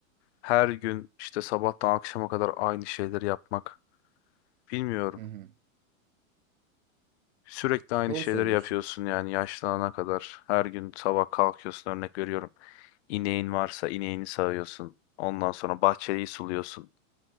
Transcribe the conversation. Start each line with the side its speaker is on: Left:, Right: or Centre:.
Left: her gün işte sabahtan akşama kadar aynı şeyleri yapmak. Bilmiyorum.
Right: Hı hı.
Left: Sürekli aynı
Right: Doğru
Left: şeyleri
Right: söylüyorsun.
Left: yapıyorsun yani yaşlanana kadar. Her gün sabah kalkıyorsun örnek veriyorum. İneğin varsa ineğini sağıyorsun. Ondan sonra bahçeyi suluyorsun